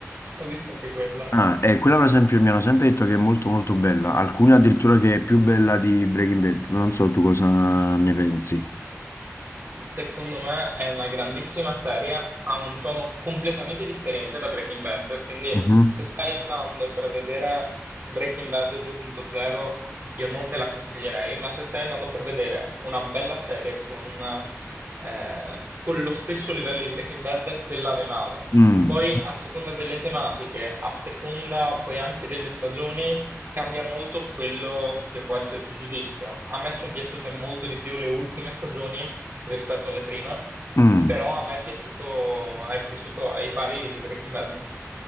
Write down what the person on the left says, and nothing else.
Ah, e quella per esempio mi hanno sempre detto che è molto molto bella, alcune addirittura che è più bella di Breaking Bad, non so tu cosa ne pensi.
Mhm.
Mm.
Mm.